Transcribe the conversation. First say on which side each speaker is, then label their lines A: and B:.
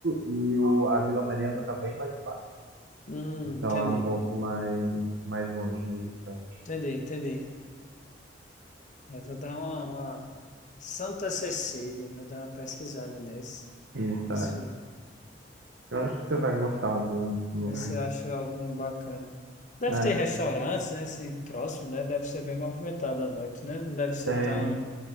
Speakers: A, on the right; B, on the left.
A: e o, a Vila Mariana está bem mais embaixo.
B: Hum,
A: Então
B: entendi.
A: é um pouco mais, mais longe, mais distante.
B: Entendi, entendi. Eu vou dar uma, uma- Santa Cecília, vou dar uma pesquisada nesse.
A: Isso,
B: Ver
A: é.
B: se,
A: Eu acho que você vai gostar do, do lugar.
B: ver se eu acho algum bacana. Deve
A: É,
B: ter restaurantes, né? Assim, próximo, né? Deve ser bem movimentado à noite, né? Não deve ser
A: tem,
B: tão,